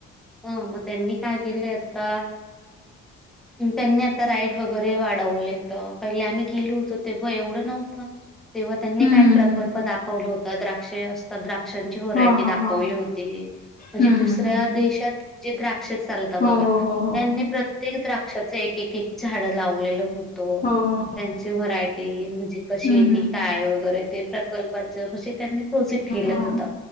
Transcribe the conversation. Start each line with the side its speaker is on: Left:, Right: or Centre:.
Centre: हम्म मग त्यांनी काय केलय आता त्यांनी आता राईड वगैरे वाढवले. पहिले आम्ही गेलो होतो तेव्हा एवढं नव्हतं तेव्हा त्यांनी
Left: हम्म
Centre: काय
Left: हम्म
Centre: प्रकल्प
Left: हम्म
Centre: दाखवला होत. द्राक्ष असतात द्राक्षांची व्हरायटी
Left: हा हा
Centre: दाखवली
Left: हा
Centre: होती म्हणजे
Left: हम्म
Centre: दुसऱ्या
Left: हम्म हम्म
Centre: देशात जे द्राक्ष चालतात बघा
Left: हो हो हो हो
Centre: त्यांनी प्रे प्रत्येक द्राक्षाच एक एक झाड लावलेल होत
Left: हो हो
Centre: त्यांची व्हरायटी म्हणजे कशी
Left: हम्म
Centre: आहे
Left: हम्म
Centre: त काय वगैरे ते प्रकल्पाच म्हजे त्यांनी प्रोजेक्ट केलं
Left: हा
Centre: होत.